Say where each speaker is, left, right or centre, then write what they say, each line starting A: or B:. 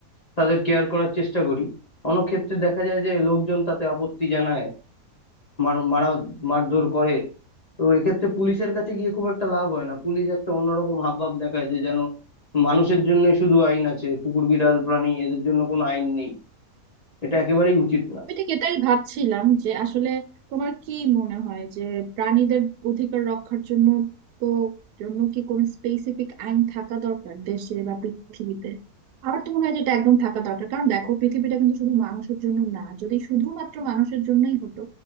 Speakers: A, on the left; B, on the right.
A: তাদের কেয়ার করার চেষ্টা করি অনেক ক্ষেত্রে দেখা যায় যে লোকজন তাতে আপত্তি জানায় মার মারা মারধর করে তো এক্ষেত্রে পুলিশের কাছে গিয়ে খুব একটা লাভ হয় না পুলিশ একটা অন্যরকম হাবভাব দেখায় যে যেন মানুষের জন্য শুধু আইন আছে কুকুর বিড়াল প্রাণী এদের জন্য কোনো আইন নেই এটা একেবারেই উচিত না
B: আমি ঠিক এটাই ভাবছিলাম যে আসলে তোমার কি মনে হয় যে প্রাণীদের অধিকার রক্ষার জন্য তো জন্য কি কোনো স্পেসিফিক আইন থাকা দরকার দেশে বা পৃথিবীতে আমার তো মনে হয় যে এটা একদম থাকা দরকার কারণ দেখো পৃথিবীটা কিন্তু শুধু মানুষের জন্য না যদি শুধুমাত্র মানুষের জন্যই হতো